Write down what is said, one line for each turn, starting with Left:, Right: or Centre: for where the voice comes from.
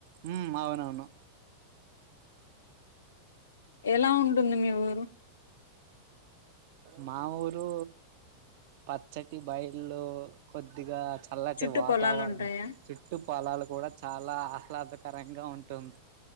Right: హమ్ అవునవును
Left: ఎలా ఉంటుంది మీ ఊరు
Right: మా ఊరు పచ్చటి బాయిళు కొద్దిగా చల్లటి
Left: చుట్టూ
Right: వాతావరణం
Left: పొలాలుంటాయా?
Right: చుట్టు పొలాలు కూడా చాలా ఆహ్లాదకరంగా ఉంటుంది